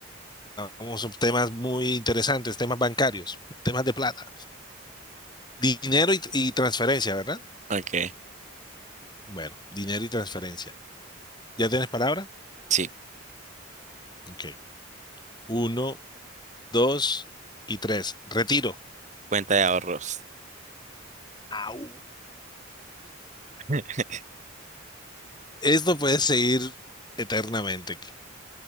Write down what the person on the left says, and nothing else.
Vamos a temas muy interesantes, temas bancarios, temas de plata. Dinero y, y transferencia, ¿verdad?
Bueno, dinero y transferencia. ¿Ya tienes palabra?
Ok. Uno, dos y tres. Retiro.
Au.
Esto puede seguir eternamente.